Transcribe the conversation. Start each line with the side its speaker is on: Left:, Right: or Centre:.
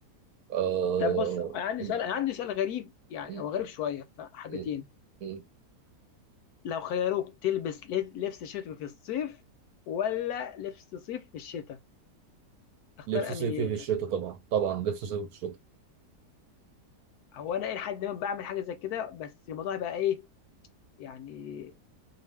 Right: آه...
Left: طب بص انا عندي
Right: م-
Left: سؤال انا عندي سؤال غريب يعني
Right: م-
Left: هو غريب شويه فحبتين
Right: م- م.
Left: لو خيروك تلبس ل- لبس شتوي في الصيف ولا لبس صيف في الشتاء تختار
Right: لبس صيفي
Left: اني
Right: في الشتاء طبعا طبعا لبس صيفي في الشتاء
Left: هو انا الى حد ما بعمل حاجه زي كده بس الموضوع هيبقى ايه يعني